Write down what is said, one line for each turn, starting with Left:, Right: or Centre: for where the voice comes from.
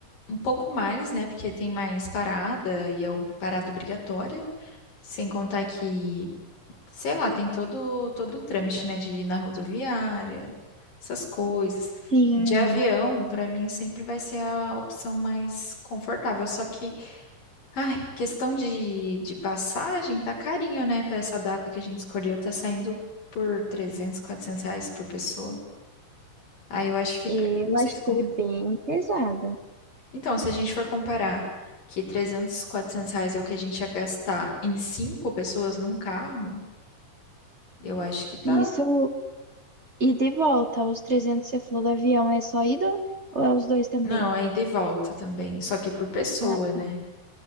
Left: um pouco mais, né? Porque tem mais parada e é o- parada obrigatória. Sem contar que sei lá, tem todo todo o trâmite, né, de ir na rodoviária, essas coisas.
Right: Sim,
Left: De avião, pra mim sempre vai ser a opção mais confortável, só que, ai, questão de, de passagem tá carinho, né, Pra essa data que a gente escolheu, tá saindo por trezentos quatrocentos reais por pessoa. Aí eu acho que fica,
Right: eu
Left: não sei
Right: achei
Left: se compensa.
Right: bem pesado.
Left: Então, se a gente for comparar que trezentos quatrocentos reais é o que a gente ia gastar em cinco pessoas num carro, eu acho que tá
Right: Isso, e de volta, os 300 que você falou do avião, é só ida ou é os dois também?
Left: Não, é ida e volta também, só que é por pessoa,
Right: Ah,
Left: né?